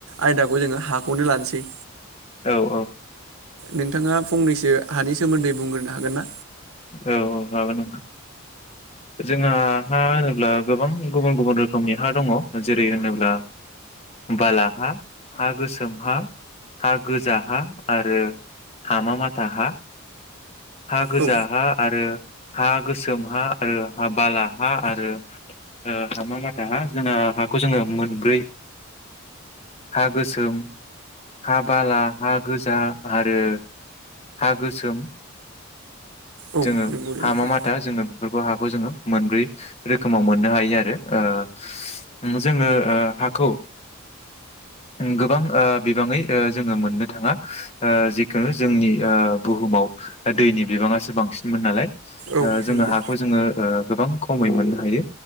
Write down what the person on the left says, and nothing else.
औ औ।
औ औ हागोन ओं। जोंहा हा होनोब्ला गोबां गुबुन गुबुन रोखोमनि हा दङ जेरै होनोब्ला बाला हा, हा गोसोम हा, हा गोजा हा, आरो हामा, माथा हा। हा गोजा
हा आरो हा गोसोम हा आरो हा बाला हा आरो हामा <unintelligible> <unintelligible> जोङो मोनब्रै हा गोसोम हा बाला हा गोजा आरो हा गोसोम
जोङो
हामा
माथा जोङो बेफोरखौ हाखौ जोङो मोनब्रै रोखोमाव मोननो हायो आरो जोङो हाखौ गोबां ओ बिबाङै ओ जोङो मोननो थाङा ओ जिखो जोंनि ओ बुहुमाव दैनि बिबाङासो बांसिनमोन नालाय
ओ जोङो
हाखौ जोङो ओ गोबां खमै मोननो हायो